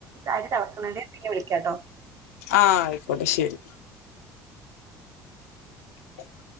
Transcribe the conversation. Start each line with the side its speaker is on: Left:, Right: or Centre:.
Right: അരി തിളക്ക്ണുണ്ട് ഞാൻ പിന്നെ വിളിക്കാട്ടോ
Left: ആഹ് ആയിക്കോട്ടെ ശരി ഉ